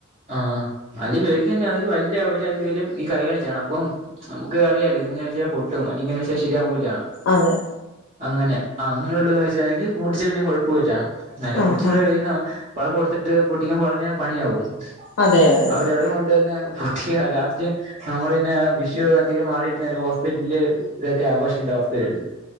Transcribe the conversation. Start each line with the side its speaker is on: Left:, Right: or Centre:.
Right: ആഹ് അല്ലേ പേടിക്കാന്നയ്യോ വെല്ല്യ അവര് രണ്ട് പേരും ഈ കയികാണിച്ച അപ്പം. നമക്കറിയാല്ലോ ഇത്ങ്ങനെ വെച്ച് കഴിഞ്ഞ പൊട്ടും അല്ലിങ്ങനെച്ചാ ശരിയാവൂല.
Left: അതെ.
Right: അങ്ങനെ അങ്ങനൊള്ളത് <unintelligible> പൊട്ടിച്ച പിന്നെ കൊഴപ്പോല്ല. നല്ല
Left: ആ
Right: കൊച്ചു <unintelligible>
Left: ആ
Right: പഴം കൊടുത്തിട്ട് പൊട്ടിക്കാൻ പറഞ്ഞാൽ പണിയാവും. <unintelligible>
Left: അതെ അതെ അതെ
Right: കൊണ്ടന്ന് പൊട്ടിയ ലാസ്റ്റ് നമ്മളപിന്നെ വിഷു <unintelligible> മാറീട്ട് നേരെ ഹോസ്പിറ്റ്ല് ഇതക്കെ ആഘോഷിക്കേണ്ട അവസ്ഥരും.